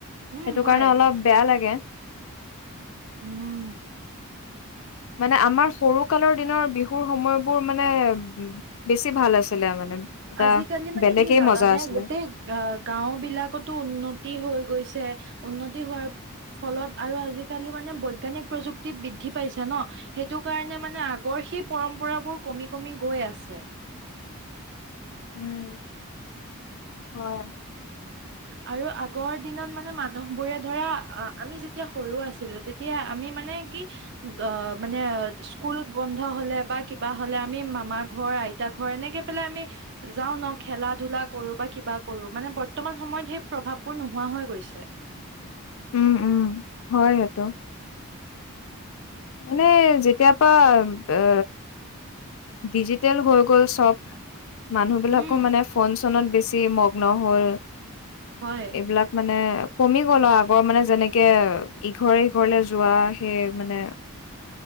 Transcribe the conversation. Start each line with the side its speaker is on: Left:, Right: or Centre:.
Right: উম,
Left: সেইটো
Right: হয়
Left: কাৰণে অলপ বেয়া লাগে।
Right: উম।
Left: মানে, আমাৰ সৰু কালৰ দিনৰ বিহুৰ সময়বোৰ মানে বেছি ভাল আছিলে মানে। এটা
Right: আজিকালি মানে
Left: বেলেগেই
Right: কি, জানানে
Left: মজা আছিলে।
Right: গোটেই আহ গাঁও বিলাকতো উন্নতি হৈ গৈছে, উন্নতি হোৱাৰ ফলত, আৰু আজিকালি মানে বৈজ্ঞানিক প্ৰযুক্তি বৃদ্ধি পাইছে ন। সেইটো কাৰণে মানে, আগৰ সেই পৰম্পৰাবোৰ কমি, কমি গৈ আছে।
Left: উম হয়।
Right: আৰু আগৰ দিনত মানে মানুহ বোৰে ধৰা, আমি যেতিয়া সৰু আছিলো তেত তিয়া আমি মানে, কি দ মানে স্কু স্কুল বন্ধ হ'লে, বা কিবা হ'লে, আমি মামা ঘৰ, আইতা ঘৰ এনেকে পেলাই আমি যাও ন খেলা-ধূলা কৰো, বা কিবা কৰো, মানে বৰ্তমান সময়ত সেই প্ৰভাৱবোৰ নোহোৱা হৈ গৈছে।
Left: উম, উম, হয়, সেটো। মানে যেতিয়া পৰা এ ডিজিটেল হৈ গ'ল চব, মানুহ বিলাকো
Right: উম
Left: মানে ফোন-চোনত বেছি মগ্ন হ'ল,
Right: হয়
Left: এইবিলাক মানে কমি গ'ল,, আৰু আগৰ মানে যেনেকে ইঘৰে সিঘৰলে যোৱা সেই মানে।